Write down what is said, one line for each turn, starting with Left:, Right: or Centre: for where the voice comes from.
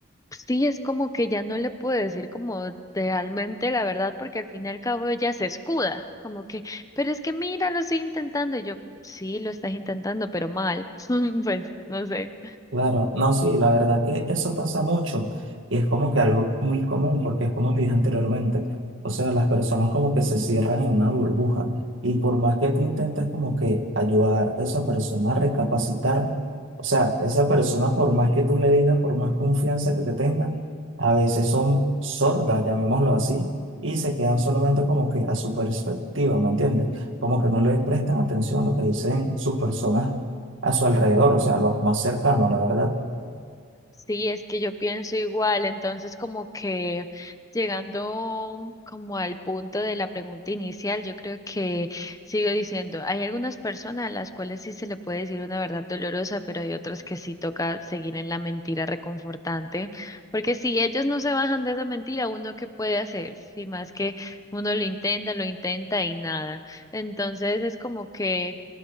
Left: Sí, es como que ya no le puedo decir como realmente la verdad, porque al fin y al cabo ella se escuda, como que, pero es que mira, lo estoy intentando, y yo, sí, lo estás intentando, pero mal, <laughs> pues no sé.
Right: Claro, no, sí, la verdad que eso pasa mucho y es como que algo muy común porque es como dije anteriormente, o sea, las personas como que se cierran en una burbuja y por más que tú intentes como que ayudar a esa persona a recapacitar, o sea, esa persona por más que tú le digas, por más confianza que te tenga, a veces son sordas, llamémoslo así, y se quedan solamente como que a su perspectiva, ¿me entiendes? Como que no le prestan atención a lo que dicen sus personas a su alrededor, o sea, los más cercanos, la verdad.
Left: Sí, es que yo pienso igual, entonces como que llegando como al punto de la pregunta inicial, yo creo que sigo diciendo, hay algunas personas a las cuales sí se le puede decir una verdad dolorosa, pero hay otras que sí toca seguir en la mentira reconfortante, porque si ellos no se bajan de esa mentira, ¿uno qué puede hacer? Si más que uno lo intenta, lo intenta y nada. Entonces es como que...